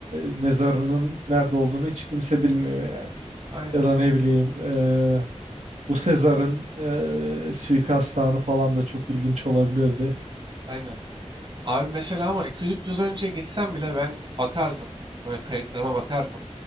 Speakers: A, on the right (about 70°); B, on the right (about 40°).
A: mezarının nerede olduğunu hiç kimse bilmiyor yani
B: Aynen.
A: ya da ne bileyim ee, bu Sezar'ın ee, suikast anı falan da çok ilginç olabilirdi.
B: Aynen. Abi mesela ama 200-300 önce gitsem bile ben bakardım. Böyle kayıtlarıma bakardım.